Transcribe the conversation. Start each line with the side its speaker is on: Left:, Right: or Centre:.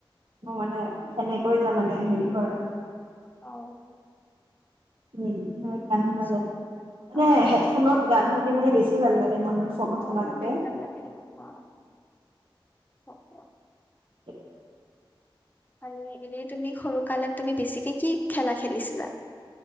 Right: মোৰ মানে
Left: উম।
Right: সেনেকৈ তাৰ মানে হেৰি হয় আৰু।
Left: অ
Right: উম গান
Left: আচ্ছা
Right: শুনা যায় মানে
Left: অ',
Right: হেডফোনত গান শুনি মানে বেছি ভাল লাগে। মানুহে ফোনত
Left: অ', অ',
Right: শুনাতকে।
Left: ভাল লাগে ভাল লাগে সেনেকুৱা। অ'কে।
Right: <unintelligible>
Left: আৰু এনেই তুমি সৰু কালত তুমি বেছিকে কি খেলা খেলিছিলা।